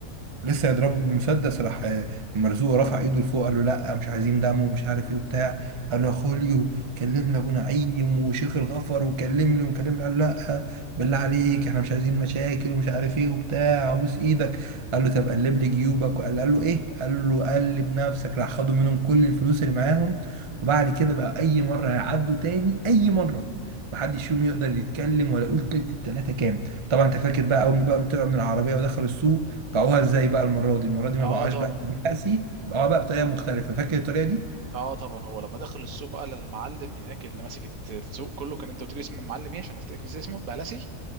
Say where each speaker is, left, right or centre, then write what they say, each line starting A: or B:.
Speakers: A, on the right; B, on the right.
A: لسه يضربه بالمسدس راح آه، مرزوق رفع ايده لفوق قال له لا مش عايزين دم ومش عارف ايه وبتاع قال له يا خوليو كلمنا ابو نعيم وشيخ الغفر وكلمني وكلمني قال له لا بالله عليك احنا مش عايزين مشاكل ومش عارف ايه وبتاع ابوس ايدك قال له طب قلب لي جيوبك قال قال له ايه قال له قلب نفسك راح خدوا منهم كل الفلوس اللي معاهم وبعد كده بقى اي مره هيعدوا تاني اي مره محدش فيهم يقدر يتكلم ولا يقول كلمة التلاتة كام طبعا انت فاكر بقى اول ما بقى طلعوا من العربية ودخلوا السوق باعوها ازاي بقى المره دي المره دي ما
B: اه
A: باعوهاش
B: طبعا
A: بقى بلقسي باعوها بقى بطريقه مختلفه فاكر الطريقه دي
B: اه طبعا هو لما دخل السوق بقى للمعلم هناك اللي ماسك الت- السوق كله كان انت قلت لي اسم المعلم ايه عشان افتكر اسمه بقى لاسي